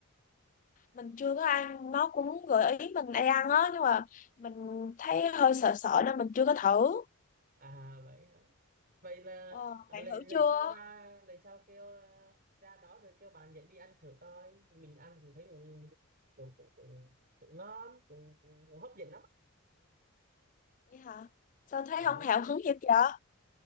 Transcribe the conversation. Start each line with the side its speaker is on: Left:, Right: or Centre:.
Left: mình chưa có ăn nó cũng gợi ý mình hay ăn á nhưng mà mình thấy hơi sợ sợ nên mình chưa có thử
Right: à vậy hả? vậy là
Left: ờ,
Right: à,
Left: bạn
Right: lần
Left: thử
Right: lần
Left: chưa
Right: sau ra lần sau kêu ra, ra đó rồi kêu bạn dẫn đi ăn thử coi mình ăn cũng thấy cũng cũng cũng, cũng, cũng ngon cũng, cũng hấp dẫn lắm
Left: vậy hả sao thấy
Right: Ờ
Left: không hào hứng gì vậy